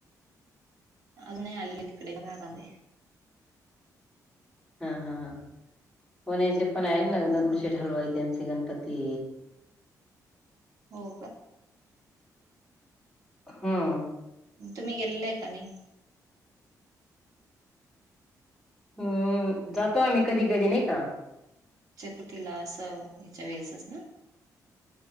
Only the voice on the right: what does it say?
अजुन नाही आलेले तिकडे त्या भागामध्ये
हम्म
हो का
तुम्ही गेलेलाय का नाही?
चतुर्थीला अस ह्याच्या वेळेसचं ना